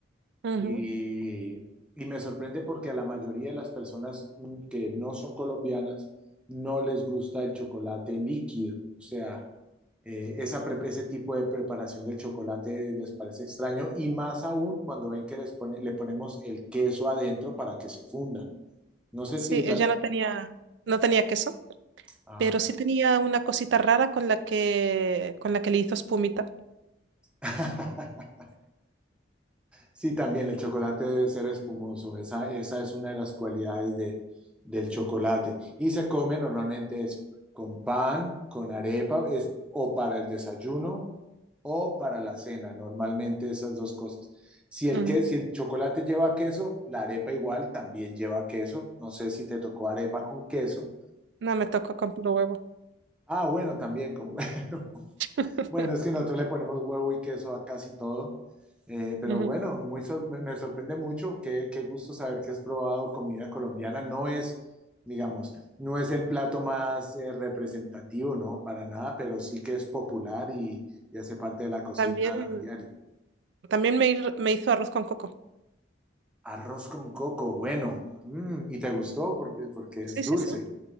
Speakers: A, on the right; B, in the centre.
A: Ujú.
B: Y, y me sorprende porque a la mayoría de las personas mm, que no son colombianas no les gusta el chocolate líquido. O sea, eh, esa pre- ese tipo de preparación del chocolate les parece extraño y más aún cuando ven que les pone- le ponemos el queso adentro para que se funda. No sé
A: Sí,
B: si la...
A: ella no tenía, no tenía queso,
B: Ah.
A: pero sí tenía una cosita rara con la que, con la que le hizo espumita.
B: <laughs> Sí, también el chocolate debe ser espumoso. Esa, esa es una de las cualidades de, del chocolate. Y se come normalmente eso, con pan, con arepa, es, o para el desayuno o para la cena, normalmente esas dos cosas. Si el,
A: Ujú,
B: que, si el chocolate lleva queso, la arepa igual también lleva queso. No sé si te tocó arepa con queso.
A: No, me tocó con puro huevo.
B: Ah, bueno, también con huevo. <laughs>
A: <laughs>
B: Bueno, es que nosotros le ponemos huevo y queso a casi todo. Eh, pero
A: ujú.
B: bueno, muy sor- me me sorprende mucho. Qué, qué gusto saber que has probado comida colombiana. No es, digamos, no es el plato más eh, representativo, ¿no? Para nada, pero sí que es popular y, y hace parte de la cocina
A: También,
B: diaria.
A: también me, hir- me hizo arroz con coco.
B: Arroz con coco, bueno. Mm, ¿y te gustó? Porque, porque es
A: Sí,
B: dulce.
A: sí, sí.